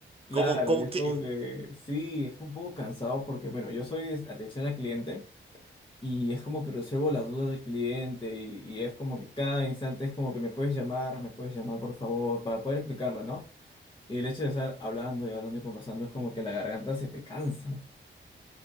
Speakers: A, on the left; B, on the right.
A: Claro,
B: ¿Cómo, cómo,
A: y es
B: qué?
A: como que sí, es un poco cansado porque, bueno, yo soy de atención al cliente y es como que resuelvo las dudas del cliente y, y es como que cada instante es como que me puedes llamar, me puedes llamar por favor, para poder explicarlo, ¿no? Y el hecho de estar hablando y hablando y conversando es como que la garganta se te cansa.